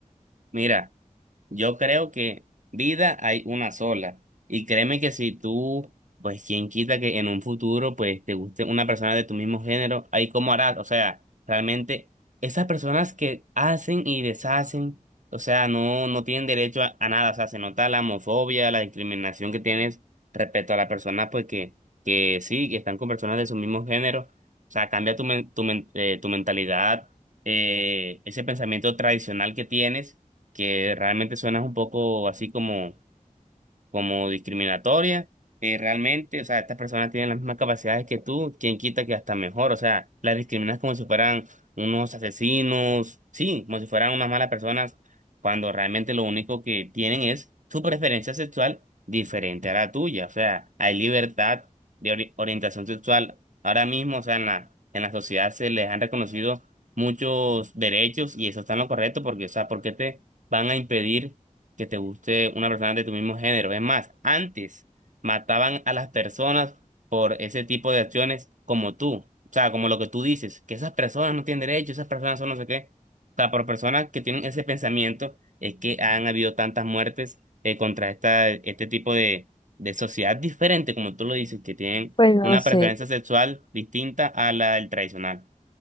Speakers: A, on the right; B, on the left.
A: Mira. Yo creo que vida hay una sola. Y créeme que si tú, pues quién quita que en un futuro, pues te guste una persona de tu mismo género, ahí cómo harás. O sea, realmente esas personas que hacen y deshacen, o sea, no, no tienen derecho a, a nada. O sea, se nota la homofobia, la discriminación que tienes respecto a las personas, pues que, que sí, que están con personas de su mismo género. O sea, cambia tu, men- tu, men- eh, tu mentalidad, eh, ese pensamiento tradicional que tienes que realmente suenas un poco así como, como discriminatoria. eh, realmente, o sea, estas personas tienen las mismas capacidades que tú, quien quita que hasta mejor, o sea, las discriminas como si fueran unos asesinos, sí, como si fueran unas malas personas, cuando realmente lo único que tienen es su preferencia sexual diferente a la tuya, o sea, hay libertad de ori- orientación sexual. Ahora mismo, o sea, en la, en la sociedad se les han reconocido muchos derechos y eso está en lo correcto porque, o sea, ¿por qué te van a impedir? que te guste una persona de tu mismo género. Es más, antes mataban a las personas por ese tipo de acciones como tú. O sea, como lo que tú dices, que esas personas no tienen derecho, esas personas son no sé qué. O sea, por personas que tienen ese pensamiento es que han habido tantas muertes eh, contra esta, este tipo de, de sociedad diferente, como tú lo dices, que tienen
B: Pues no
A: una
B: sé.
A: preferencia sexual distinta a la del tradicional.